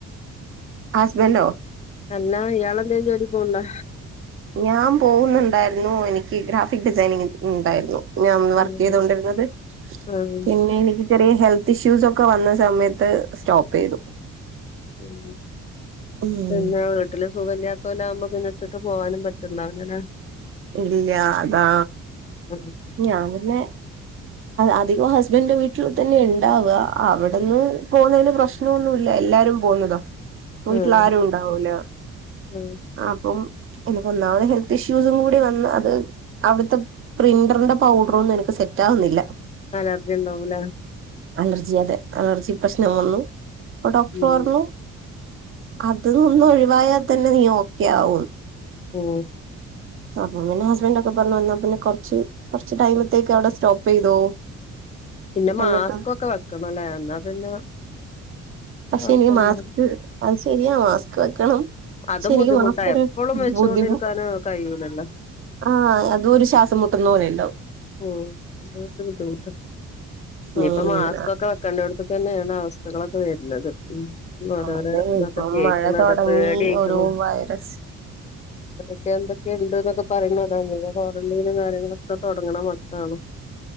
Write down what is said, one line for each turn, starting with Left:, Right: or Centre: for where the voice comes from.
Right: ഹസ്ബന്റോ
Left: അല്ലാ ഇയാളെന്തെ ജോലി പോവ്ണ്ടോ
Right: ഞാൻ പോവുന്നുണ്ടായിരുന്നു എനിക്ക് ഗ്രാഫിക് ഡിസൈനിങ് ഇണ്ടായിരുന്നു ഞാൻ അന്ന് വർക്കെയ്ത്
Left: ആഹ്
Right: കൊണ്ടിര്ന്നത്
Left: ആഹ്
Right: പിന്നെ എനിക്ക് ചെറിയ ഹെൽത്ത് ഇഷ്യൂസ് ഒക്കെ വന്ന സമയത്ത് സ്റ്റോപ്പ് ചെയ്തു
Left: ഉം
Right: ഉം
Left: പിന്നെ വീട്ടില് സുഖല്ല ല ആകുമ്പോ പിന്നിട്ടിട്ട് പോവാനും പറ്റണ്ടാവ് ലല്ലെ
Right: ഇല്ല അതാ
Left: ഉം
Right: ഞാൻ പിന്നെ അധികം ഹസ്ബൻഡന്റെ വീട്ടിൽ തന്നെ ഇണ്ടാവ അവിടന്ന് പോകുന്നതിന് പ്രശ്നമൊന്നുല്ല എല്ലാരും പോന്നതാ വീട്ടിൽ
Left: ആഹ്
Right: ആരും ഉണ്ടാവൂല
Left: ആഹ്
Right: അപ്പം എനക്ക് ഒന്നാമത് ഹെൽത്ത് ഇഷ്യൂസും കൂടി വന്ന് അത് അവിടുത്തെ പ്രന്റ് റിന്റെ പൗഡറ ഒന്നുംനിക്ക് സെറ്റാകുന്നില്ല
Left: അലർജിണ്ടാവുംലെ
Right: അലർജി അതെ അലർജി പ്രശ്നം വന്നു അപ്പൊ ഡോക്ടർ
Left: ഉം
Right: പറഞ്ഞു അതൊന്നൊഴിവായാല് തന്നെ നീ ഓക്കെയാവും ന്ന്
Left: ഉം
Right: അപ്പൊ പിന്നെ ഹസ്ബന്റൊക്കെ പറഞ്ഞു എന്ന പിന്നെ കൊറച്ച് കൊറച്ച് ടൈമത്തേക്ക് അവിടെ സ്റ്റോപ്പ് ചെയ്തോ
Left: പിന്നെ മാസ്കൊക്കെ
Right: എന്നിട്ട്
Left: വെക്കണം ല്ലേ എന്നാ പിന്നെ
Right: പക്ഷെ
Left: കൊഴപ്പണ്ടാ
Right: ഇനി മാസ്ക് ശെരിയാ മാസ്ക് വെക്കണം പക്ഷെ
Left: അതും
Right: എനിക്ക്
Left: ബുദ്ധിമുട്ടാ
Right: മാസ്ക്കൊര്
Left: എപ്പളും വെച്ചോണ്ടിരിക്കാന്
Right: ബുദ്ധിമു
Left: കഴിയൂലല്ലോ
Right: ആഹ അതും ഒരു ശ്വാസം മുട്ടുന്ന പോലെന്ന
Left: ഉം തൊക്കെ ബുദ്ധിമുട്ട ഇനിയിപ്പോ
Right: ഉം
Left: മാസ്കൊക്കെ വെക്കണ്ടോട്ത്ത് തന്നെണ് അവസ്ഥകളൊക്കെ വര്ണത് ഉം ഓരോരോതൊക്ക
Right: അതെ ഇപ്പം
Left: കേക്കണത
Right: മഴ തുടങ്ങി
Left: പേട്യയ്ക്ക്ണ്
Right: ഓരോ വൈറസ്
Left: ക്കെ ന്തൊക്കെ ണ്ട്ന്നൊക്കെ പറയ്ണത കാര്യങ്ങളൊക്കെ <unintelligible> മട്ടാണ്